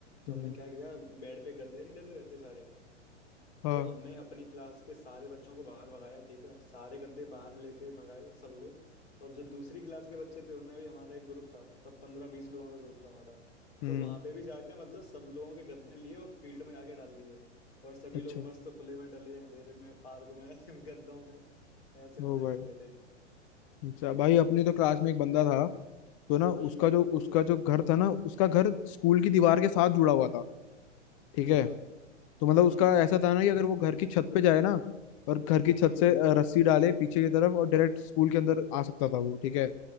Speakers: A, on the left; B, on the left.
A: तो
B: हम्म,
A: हमने क्या किया बेड पे गद्दे नहीं डले रहते सारे
B: हाँ
A: तो हमने अपनी क्लास के सारे बच्चों को बाहर भगाया ठीक है सारे गद्दे बाहर लेके भगाए सब लोग और जो दूसरी क्लास के बच्चे थे उनमें भी हमारा एक ग्रुप था तब पंद्रह बीस लोगों का ग्रुप था हमारा
B: हम्म
A: तो वहां पे भी जाके मतलब सब लोगों के गद्दे लिए और फील्ड में जाके डाल दिए और सभी
B: अच्छा
A: लोग मस्त खुले में डले अंधेरे में पार्क में <laughs> गद्दों पे ऐसे
B: ओ
A: मजे
B: भाई
A: करते थे
B: अच्छा भाई अपने तो क्लास में एक बंदा था तो ना
A: हम्म
B: उसका जो उसका जो घर था ना उसका घर स्कूल की दीवार के साथ जुड़ा हुआ था ठीक
A: अच्छा
B: है तो मतलब
A: हम्म
B: उसका ऐसा था ना कि अगर वो घर की छत पे जाए ना और घर की छत
A: हम्म
B: से अ, रस्सी डाले पीछे की तरफ और डायरेक्ट स्कूल के अंदर आ सकता था वो ठीक है